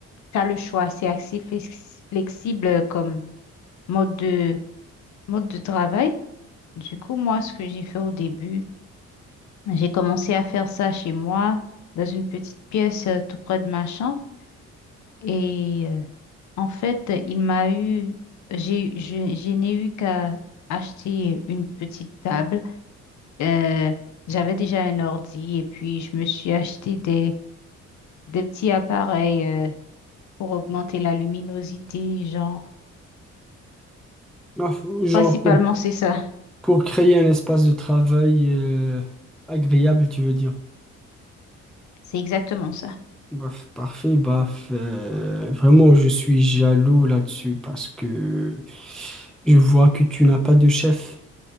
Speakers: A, on the left; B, in the centre.
A: tu as le choix, c'est assez flex- flexible comme mode de, mode de travail. Du coup, moi, ce que j'ai fait au début, j'ai commencé à faire ça chez moi, dans une petite pièce euh, tout près de ma chambre. Et euh, en fait, il m'a eu, j'ai, je, je n'ai eu qu'à acheter une petite table Euh, j'avais déjà un ordi et puis je me suis acheté des, des petits appareils euh, pour augmenter la luminosité, genre.
B: Ah, faut- Genre
A: Principalement,
B: pour,
A: c'est ça.
B: pour créer un espace de travail euh, agréable, tu veux dire.
A: C'est exactement ça.
B: Bah, f- parfait, bah, f- euh, vraiment, je suis jaloux là-dessus parce que je vois que tu n'as pas de chef.